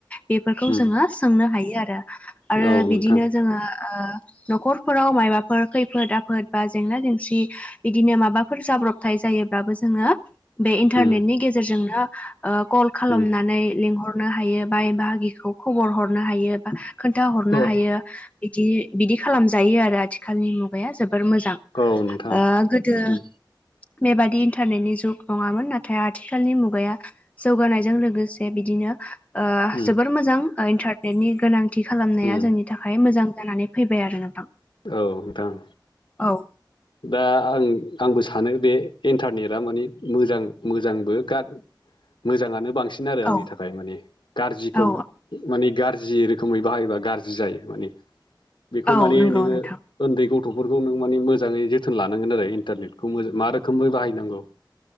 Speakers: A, on the left; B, on the left.
A: बेफोरखौ
B: उम
A: जोङो सोंनो हायो आरो आरो
B: औ नोंथां
A: बिदिनो जोङो ओ न'खरफोराव मायबाफोर खैफोद आफोद बा जेंना जेंसि बिदिनो माबाफोर जाब्रबथाय जायोब्लाबो जोङो बे इन्टारनेटनि
B: उम
A: गेजेरजोंनो ओ कल खालामनानै
B: उम
A: लिंहरनो हायो बाइ बाहागिखौ खबर हरनो हायो बा खोन्थाहरनो
B: औ
A: हायो बिदि बिदि खालामजायो आरो आथिखालनि मुगाया जोबोर मोजां।
B: औ नोंथां
A: ओ गोदो
B: उम
A: बेबादि इन्टारनेटनि जुग नङामोन नाथाय आथिखालनि मुगाया जौगानायजों लोगोसे बिदिनो ओ
B: उम
A: जोबोर मोजां इन्टारनेटनि गोनां थि खालामनाया
B: उम
A: जोंनि थाखाय मोजां जानानै फैबाय आरो नोंथां।
B: औ नोंथां।
A: औ
B: दा आं आंबो सानो बे इन्टारनेटआ मानि मोजां मोजांबो गार मोजाङानो बांसिन आरो आंनि
A: औ
B: थाखाय माने गारजिखौ
A: औ
B: माने गारजि जि रोखोमै बाहायोबा गाज्रि जायो माने बेखौ
A: औ
B: माने
A: नंगौ
B: नोङो
A: नोंथां
B: ओन्दै गथ'फोरखौ नों माने मोजां मोजाङै जोथोन लानांगोन आरो इन्टारनेटखौ मा रोखोमै बाहायनांगौ